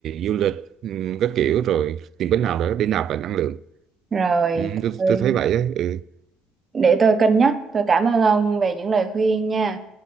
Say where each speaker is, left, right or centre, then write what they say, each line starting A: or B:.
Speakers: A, on the right; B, on the right.
A: du lịch ừ, các kiểu rồi tìm cách nào đó để nạp lại năng lượng
B: rồi
A: ừ, tôi,
B: tôi,
A: tôi thấy vậy đấy ừ
B: để tôi cân nhắc. Tôi cảm ơn ông về những lời khuyên nha.